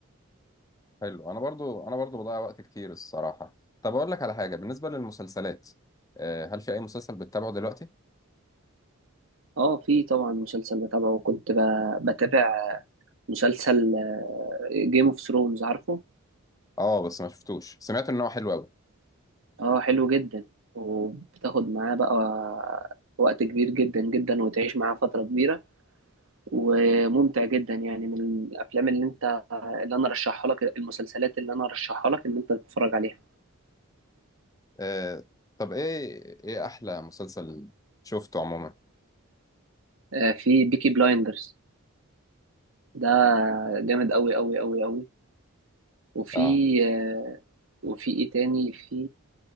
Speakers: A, on the left; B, on the right.
A: حلو أنا برضو أنا برضو بضيع وقت كتير الصراحة طب أقول لك على حاجة بالنسبة للمسلسلات آه، هل في أي مسلسل بتتابعه دلوقتي؟
B: اه في طبعا مسلسل بتابعه وكنت ب... بتابع مسلسل جيم اوف ثرونز عارفه
A: اه بس ما شفتوش سمعت ان هو حلو قوي
B: اه حلو جدا وبتاخد معاه بقى وقت كبير جدا جدا وتعيش معاه فترة كبيرة وممتع جدا يعني من الأفلام اللي أنت اللي أنا رشحها لك المسلسلات اللي أنا رشحها لك إن أنت تتفرج عليها
A: آه طب ايه ايه احلى مسلسل شفته عموما
B: آه، في بيكي بلايندرز ده جامد أوي أوي أوي أوي وفي
A: اه
B: آه، وفي إيه تاني في